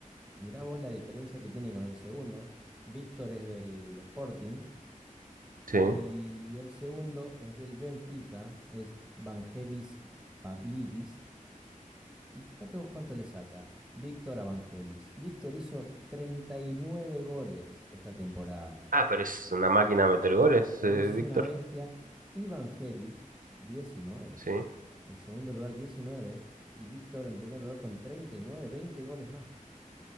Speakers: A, in the centre; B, on the right.
A: Mirá vos la diferencia que tiene con el segundo. Víctor es del Sporting
B: Sí.
A: y el segundo es del Benfica, es Vangelis Pablidis. Y fíjate vos cuánto le saca Víctor a Vangelis. Víctor hizo 39 goles esta temporada.
B: Ah, pero es una máquina a meter goles, eh,
A: Es
B: Víctor.
A: una bestia. Evangelis, diecinueve
B: Sí.
A: El segundo lugar, diecinueve Y Víctor en primer lugar con treinta y nueve 20 goles más.